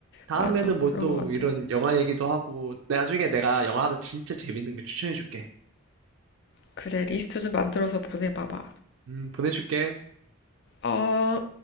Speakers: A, on the right; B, on the left.
A: 다음에는
B: 맞아.
A: 뭐
B: 그런
A: 또
B: 것 같아.
A: 이런 영화 얘기도 하고 나중에 내가 영화 하나 진짜 재밌는 거 추천해줄게.
B: 그래, 리스트 좀 만들어서 보내봐봐.
A: 음, 보내줄게.
B: 어,